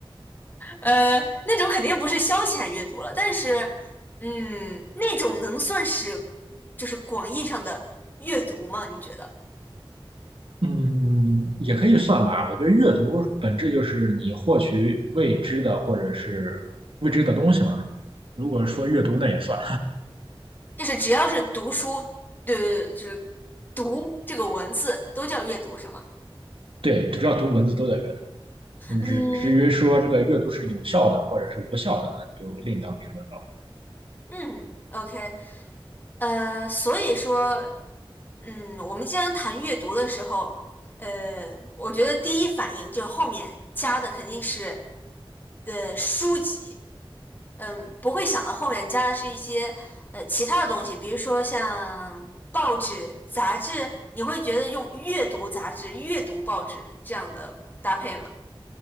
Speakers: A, on the left (about 20°); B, on the right (about 75°).
A: 呃，那种肯定不是消遣阅读了，但是，嗯，那种能算是就是广义上的阅读吗？你觉得？
B: 嗯，也可以算吧。我觉得阅读本质就是你获取未知的或者是未知的东西嘛。如果说阅读，那也算。
A: 就是只要是读书，对对对，就是读这个文字都叫阅读是吗？
B: 对，只要读文字都在阅读。嗯，
A: 嗯，
B: 至至于说这个阅读是有效的或者是无效的，那就另当别论。
A: 嗯，OK，呃，所以说，嗯，我们经常谈阅读的时候，呃，我觉得第一反应就后面加的肯定是，呃，书籍，嗯，不会想到后面加的是一些呃其他的东西，比如说像报纸、杂志，你会觉得用阅读杂志、阅读报纸这样的搭配吗？